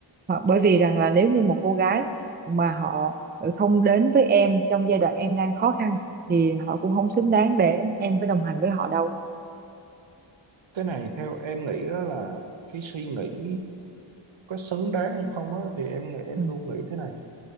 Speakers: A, on the right; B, on the right.
A: Hoặc- bởi vì rằng là nếu như một cô gái mà họ không đến với em trong giai đoạn em đang khó khăn thì họ cũng không xứng
B: ừ.
A: đáng để em phải đồng hành với họ đâu
B: cái này theo em nghĩ á là cái suy nghĩ có xứng đáng hay không á thì em em
A: ừ.
B: luôn nghĩ thế này